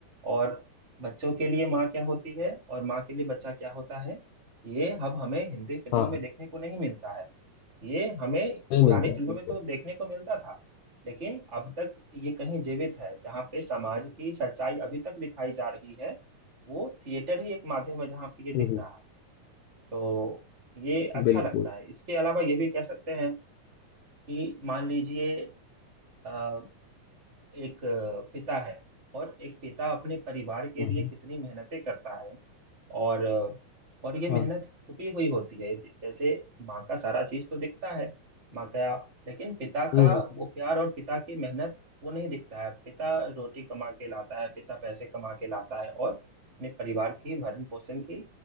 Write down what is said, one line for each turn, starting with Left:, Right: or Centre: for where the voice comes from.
Right: और बच्चों के लिए माँ क्या होती है और माँ के लिए बच्चा क्या होता है ये अब हमें हिंदी फिल्मों
Left: हाँ
Right: में
Left: हाँ,
Right: देखने को नहीं मिलता है ये हमें
Left: नहीं
Right: पुरानी
Left: मिलता है
Right: फिल्मों
Left: बिल्कुल
Right: में तो देखने को मिलता था लेकिन अब तक ये कहीं जीवित है जहाँ पे समाज की सच्चाई अभी तक दिखाई जा रही है वो थिएटर ही एक माध्यम है जहाँ पे ये दिख
Left: हम्म हम्म,
Right: रहा है तो ये अच्छा
Left: बिल्कुल
Right: लगता है इसके अलावा ये भी कह सकते हैं कि मान लीजिए अ, एक अ, पिता है और एक पिता अपने परिवार के
Left: हाँ
Right: लिए
Left: हाँ
Right: कितनी मेहनतें करता है और अ, और ये मेहनत
Left: हाँ,
Right: छुपी हुई होती है जैसे माँ का सारा चीज तो दिखता है माँ का लेकिन पिता
Left: हम्म
Right: का
Left: हम्म,
Right: वो प्यार और पिता की मेहनत वो नहीं दिखता है पिता रोटी कमा के लाता है पिता पैसे कमा के लाता है और अपने परिवार की भरण पोषण की